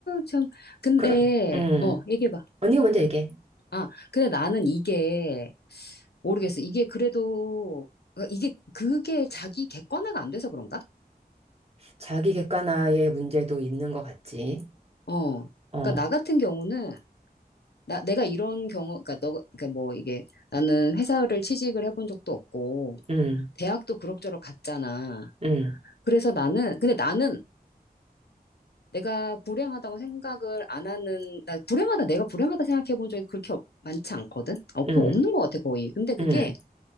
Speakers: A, on the left; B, on the right.
A: 참. 근데,
B: 그럼, 음,
A: 어, 얘기해봐.
B: 언니가 먼저 얘기해.
A: 음. 아, 근데 나는 이게, 모르겠어. 이게 그래도, 어, 이게, 그게 자기 객관화가 안 돼서 그런가?
B: 자기 객관화의 문제도 있는 것 같지.
A: 어.
B: 어,
A: 그러니까 나 같은 경우는 나, 내가 이런 경우, 그러니까 너, 그러니까 뭐 이게 나는 회사를 취직을 해본 적도 없고,
B: 음,
A: 대학도 그럭저럭 갔잖아.
B: 음,
A: 그래서 나는, 근데 나는 내가 불행하다고 생각을 안 하는, 나 불행하다, 내가 불행하다 생각해 본 적이 그렇게 없- 많지 않거든? 어, 그
B: 음,
A: 없는 것 같아, 거의. 근데 그게
B: 음,